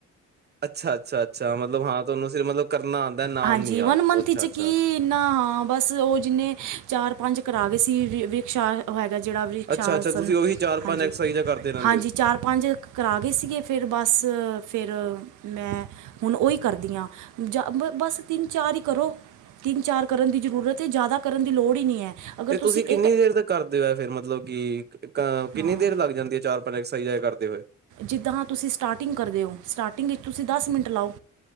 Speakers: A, on the right; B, on the right.
A: ਅੱਛਾ- ਅੱਛਾ- ਅੱਛਾ ਮਤਲਬ ਹਾਂ ਤਾਂ ਤੁਹਾਨੂੰ ਫਿਰ ਮਤਲਬ ਕਰਨਾ। ਆਉਂਦਾ ਨਾਮ
B: ਹਾਂਜੀ
A: ਨੀ ਯਾਦ
B: ਵਨ ਮੰਥ
A: ਅੱਛਾ
B: 'ਚ
A: ਅੱਛਾ
B: ਕੀ ਨਾ ਬਸ ਉਹ ਜਿੰਨੇ ਚਾਰ ਪੰਜ ਕਰਾ ਗਏ ਸੀ ਰਿ ਰਿਕਸ਼ਾ ਉਹ ਹੈਗਾ ਜਿਹੜਾ ਵੀਚਾਰਸਨ
A: ਅੱਛਾ ਅੱਛਾ ਤੁਸੀਂ ਉਹੀ ਚਾਰ
B: ਹਾਂਜੀ-ਹਾਂਜੀ
A: ਪੰਜ ਐਕਸਰਸਾਈਜ਼ਾਂ ਕਰਦੇ ਰਹਿੰਦੇ ਹੋ
B: ਚਾਰ ਪੰਜ ਕਰਾ ਗਏ ਸੀਗੇ ਫਿਰ ਬਸ ਫਿਰ ਮੈਂ ਹੁਣ ਹੀ ਕਰਦੀਆਂ ਜਬ ਬਸ ਤਿੰਨ ਚਾਰ ਹੀ ਕਰੋ ਤਿੰਨ ਚਾਰ ਕਰਨ ਦੀ ਜ਼ਰੂਰਤ ਹੈ ਜ਼ਿਆਦਾ ਕਰਨ ਦੀ ਲੋੜ ਹੀ ਨਹੀਂ ਹੈ। ਅਗਰ
A: ਤੇ ਤੁਸੀਂ ਕਿੰਨੀ
B: ਇੱਕ
A: ਦੇਰ ਤੱਕ ਕਰਦੇ ਹੋ ਫਿਰ ਮਤਲਬ ਕਿ ਅ ਕਿੰਨੀ
B: ਹਾਂ
A: ਦੇਰ ਲੱਗ ਜਾਂਦੀ ਹੈ ਚਾਰ ਆਪਣੀ ਐਕਸਰਸਾਈਜ਼ ਕਰਦੇ ਹੋਏ।
B: ਜਿੱਦਾਂ ਹਾਂ ਤੁਸੀਂ ਸਟਾਰਟਿੰਗ ਕਰਦੇ ਹੋ ਸਟਾਰਟਿੰਗ ਵਿੱਚ ਤੁਸੀਂ ਦਸ ਮਿੰਟ ਲਾਓ।